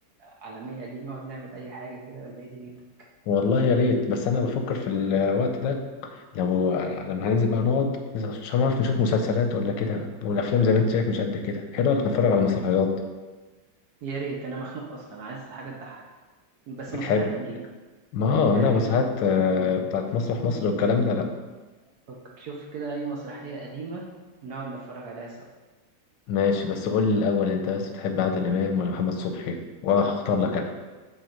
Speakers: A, on the right (about 65°); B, on the left (about 80°).
A: العالميه دي نقعد نعمل اي حاجه كده ولا ايه دنيتك
B: والله يا ريت بس أنا بفكر في الوقت ده لو لما هننزل بقى نقعد عشان نعرف نشوف مسلسلات ولا كده والافلام زي ما انت شايف مش قد كده ايه رايك نتفرج على مسرحيات
A: يا ريت انا مخنوق اصلا عايز حاجه تضحك بس
B: بتحب
A: مسرحيات قديمه
B: ما آه،
A: يعني
B: لا
A: خلينا
B: مسرحيات
A: في
B: آه،
A: المسرحيات
B: بتاعت مسرح
A: القديمه
B: مصر والكلام ده لا
A: فك- شوف كده اي مسرحيه قديمه نقعد نتفرج عليها سوا
B: ماشي بس قول لي الاول انت بس بتحب عادل امام ولا محمد صبحي وانا هختار لك انا